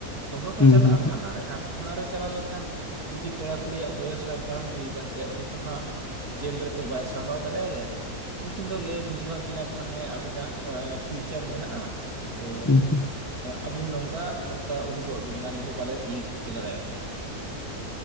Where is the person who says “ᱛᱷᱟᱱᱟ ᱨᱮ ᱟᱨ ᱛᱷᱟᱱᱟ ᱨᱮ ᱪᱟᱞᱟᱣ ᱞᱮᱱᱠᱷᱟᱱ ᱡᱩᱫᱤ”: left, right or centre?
Right